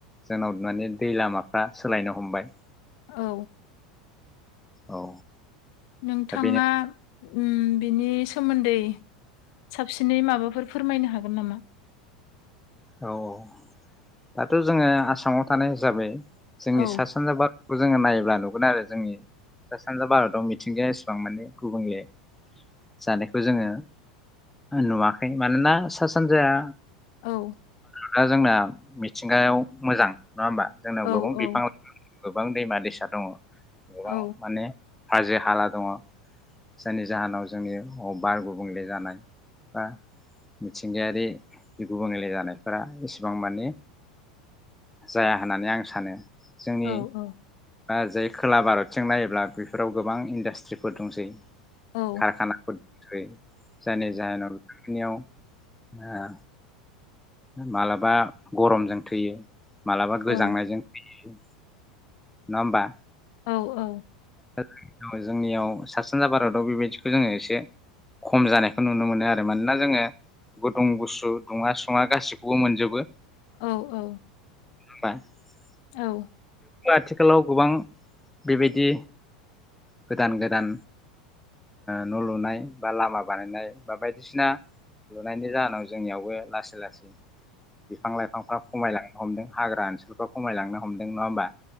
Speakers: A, in the centre; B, on the left (about 55°).
A: जोंनाव माने दै लामाफ्रा सोलायनो हमबाय
B: औ
A: औ
B: नोंथाङा
A: दा बेनो
B: उम बिनि सोमोन्दै साबसिनै माबाफोर फोरमायनो हागोन नामा
A: औ औ दाथ' जोङो आसामाव थानाय हिसाबै जोंनि
B: औ
A: सा सानजा भारत खौ जोङो नायोब्ला नुगोन आरो जोंनि सा सानजा भारताव मिथिंगाया एसेबां माने गुबुंले जानायखौ जोङो नुवाखै मानोना सा सानजाया
B: औ
A: दा जोंना मिथिंगायाव मोजां नङा होमबा जोंनाव
B: औ
A: गोबां बिफां
B: औ
A: लाइफां गोबां दैमा दैसा दङ गोबां
B: औ
A: माने हाद्रि हाला दङ जायनि जाहोनाव जोंनि बार गुबुंले जानाय बा मिथिंगायारि गुबुंले जानायफोरा एसेबां माने जाया होननानै आं सानो जोंनि
B: औ औ
A: बा जाय खोला भारतथिं नायोब्ला बेफोराव गोबां इन्डास्ट्रिफोर दंसै
B: औ
A: खारखानाफोर दैै जायनि जाहोनाव बेनियाव ओ माब्लाबा गरमजों थैयो मालाबा गोजांनायजों
B: औ
A: थैयो नङा होनबा
B: औ औ
A: दा जों जोंनियाव सा सानजा भारताव बेबायदिखौ जोङो एसे खम जानायखौ नुनो मोनो आरो मानोना जोङो गुदुं गुसु दुङा सुङा गाैखौबो मोनजोबो
B: औ औ
A: <unintelligible>
B: औ
A: आथिखालाव गोबां बेबायदि गोदान गोदान न' ओ लुनाय बा लामा बानायनाय बा बायदिसिना लुनायनि जाहोनाव जोंनियावबो लासै लासै बिफां लाइफांफ्रा खमायलांनो हमदों हाग्रा ओनसोलफ्रा खमायलांनो हमदों नङा होमबा